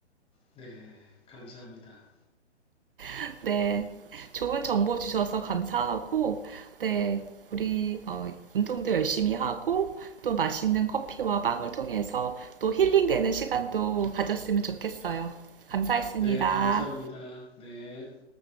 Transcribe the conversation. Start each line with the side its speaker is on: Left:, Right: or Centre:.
Left: 네, 감사합니다.
Right: <laughs> 네. 좋은 정보 주셔서 감사하고, 네. 우리 어, 운동도 열심히 하고, 또 맛있는 커피와 빵을 통해서 또 힐링되는 시간도 가졌으면 좋겠어요. 감사했습니다.
Left: 네, 감사합니다. 네.